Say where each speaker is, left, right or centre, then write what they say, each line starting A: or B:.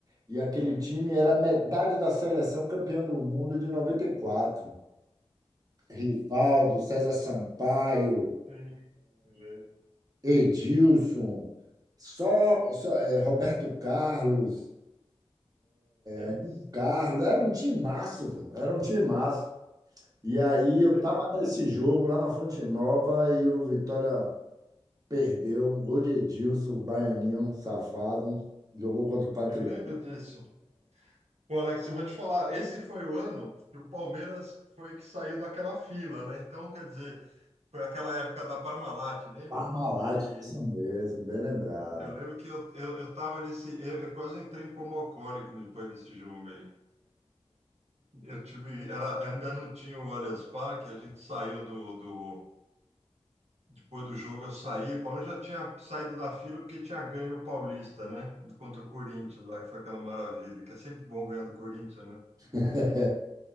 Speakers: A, on the right; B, on the right.
A: E aquele time era metade da seleção campeã do mundo de 94. Rivaldo, César Sampaio,
B: Sim, eu lembro.
A: Edilson, só, só, eh, Roberto Carlos,
B: É
A: Antônio
B: isso.
A: Carlos, era um timaço, velho, era um timaço. E aí
B: Eu
A: eu
B: lembro.
A: tava nesse jogo lá na Fonte Nova e o Vitória perdeu um gol de Edilson, o baianinho safado, Um, jogou contra o Patri
B: Eu lembro disso. Pô, Alex, eu vou te falar, esse foi o ano que o Palmeiras foi que saiu daquela fila, né? Então, quer dizer, foi aquela época da Parmalat, lembra?
A: Parmalat,
B: que
A: isso mesmo, bem lembrado.
B: Eu lembro que eu, eu, eu tava nesse. Eu, eu quase entrei em coma alcoólico depois desse jogo aí. Eu tive. Era, ainda não tinha o Allianz Parque, a gente saiu do, do. Depois do jogo eu saí. O Palmeiras já tinha saído da fila porque tinha ganho o Paulista, né? Contra o Corinthians lá, que foi aquela maravilha, que é sempre bom ganhar do Corinthians, né?
A: <laughs>